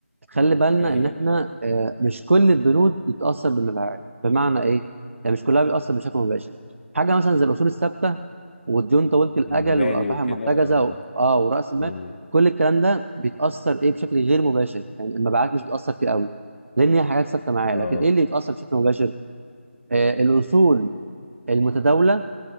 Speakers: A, on the right; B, on the left.
A: خلي بالنا
B: إيه هي
A: ان احنا آه، مش كل البنود بتتاثر بالمبيعات بمعنى ايه يعني مش كلها بيأثر بشكل مباشر حاجه مثلا زي الاصول الثابته والديون طويله الاجل
B: المباني
A: والارباح
B: وكده
A: المحتجزه
B: اه
A: و... اه وراس المال
B: مم.
A: كل الكلام ده بيتاثر ايه بشكل غير مباشر يعني المبيعات مش بتاثر فيه قوي لان هي حاجات ثابته معايا
B: اه
A: لكن ايه اللي بيتاثر بشكل مباشر آه الاصول المتداوله